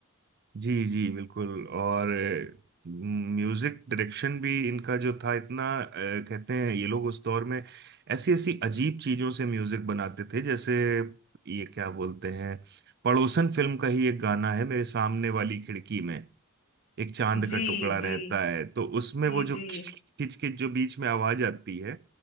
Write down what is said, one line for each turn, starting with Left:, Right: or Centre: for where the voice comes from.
Right: जी जी बिल्कुल और म्यूजिक डायरेक्शन भी इनका जो था इतना अ, कहते हैं ये लोग उस दौर में ऐसी ऐसी अजीब चीजों से म्यूजिक बनाते थे जैसे ये क्या बोलते हैं पड़ोसन फिल्म का ही एक गाना है मेरे सामने वाली खिड़की में एक चांद
Left: जी
Right: का टुकड़ा रहता
Left: जी
Right: है तो उसमें
Left: जी
Right: वो जो
Left: जी
Right: खिच खिच खिच खिच जो बीच में आवाज आती है